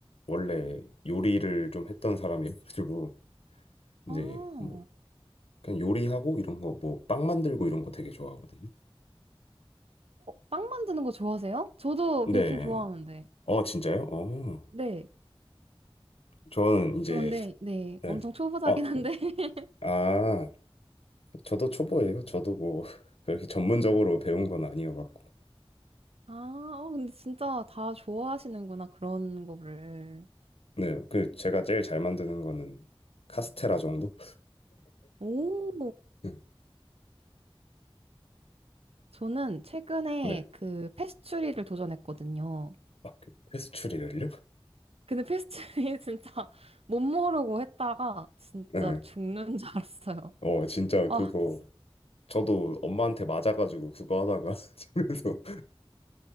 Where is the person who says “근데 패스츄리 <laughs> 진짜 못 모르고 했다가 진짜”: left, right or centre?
Right